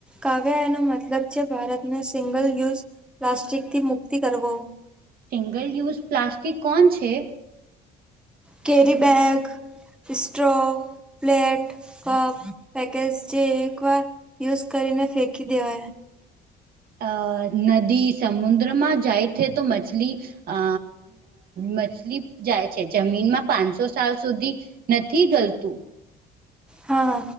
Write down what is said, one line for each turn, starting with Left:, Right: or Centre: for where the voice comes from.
Centre: કાવ્ય એનો મતલબ છે ભારતને સિંગલ યુઝ પ્લાસ્ટિક થી મુક્તિ કરવો
Right: સિંગલ યુઝ પ્લાસ્ટિક કોન છે?
Centre: Carry bag strong plate cup package જે એક વાર યુઝ કરીને ફેંકી દેવાય
Right: અ નદી સમુદ્રમાં જાય છે તો મછલી અ મછલી જાય છે જમીનમાં પાંનસો સાલ સુધી નથી ગલતું
Centre: હા